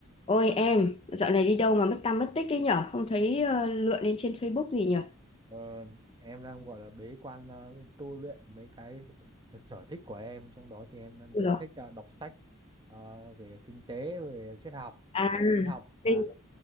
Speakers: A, on the left; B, on the right.
A: Ôi em, dạo này đi đâu mà mất tăm mất tích ấy nhở? Không thấy ờ, lượn lên trên Facebook gì nhở?
B: Ờ, em đang gọi là bế quan ờ, tu luyện mấy cái sở thích của em trong đó thì em đang rất
A: Ui dồi,
B: thích ờ, đọc sách ờ, về kinh tế về triết học
A: à,
B: và tâm lý học và
A: kinh,